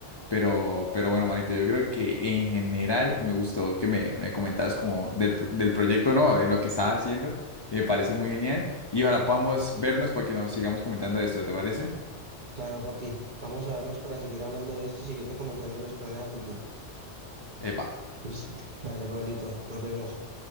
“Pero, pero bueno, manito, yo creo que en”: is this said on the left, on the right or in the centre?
Left